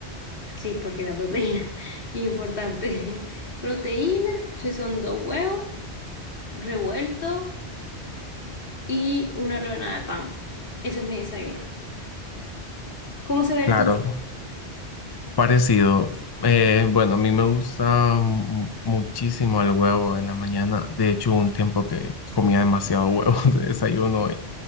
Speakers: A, on the left; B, on the left.
A: pues sí, porque la proteína <laughs> es importante. <laughs> Proteína, si son dos huevos revueltos y una rebanada de pan. Ese es mi desayuno. ¿Cómo se ve el
B: Claro,
A: tuyo?
B: parecido. Eh, bueno, a mí me gusta mu- muchísimo el huevo en la mañana. De hecho, hubo un tiempo que comía demasiado huevo <laughs> de desayuno